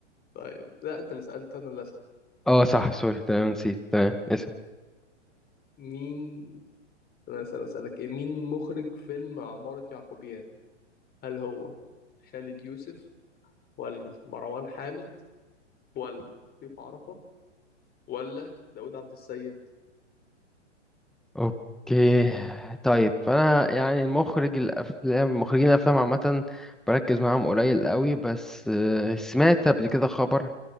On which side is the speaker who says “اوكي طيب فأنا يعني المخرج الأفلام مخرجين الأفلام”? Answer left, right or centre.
Centre